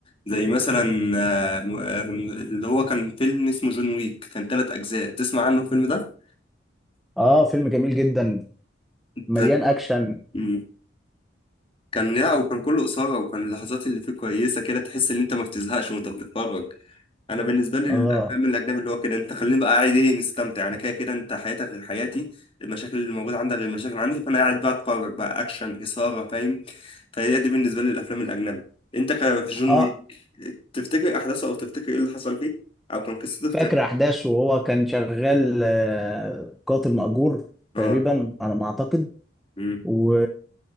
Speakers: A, on the left (about 25°); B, in the centre.
A: زي مثلا آه، م- آه، اللي هو كان فيلم اسمه جون ويك كان ثلاث اجزاء تسمع عنه الفيلم ده
B: اه فيلم جميل جدا مليان
A: كان
B: اكشن
A: مم. كان لا وكان كله اثاره وكان اللحظات اللي فيه كويسه كده تحس ان انت ما بتزهقش وانت بتتفرج انا بالنسبه لي
B: اه
A: الافلام الاجنبي اللي هو كده انت خليني بقى قاعد ايه مستمتع انا كده كده انت حياتك غير حياتي المشاكل اللي موجوده عندك غير المشاكل عندي فانا قاعد بقى اتفرج بقى اكشن اثاره فاهم فهي دي بالنسبه لي الافلام الاجنبي انت ك- في جون
B: اه
A: ويك تفتكر احداثه او تفتكر ايه اللي حصل فيه او كان قصته بتاع-
B: فاكر احداثه وهو كان شغال آه قاتل مأجور تقريبا
A: اه
B: على ما اعتقد
A: امم
B: و...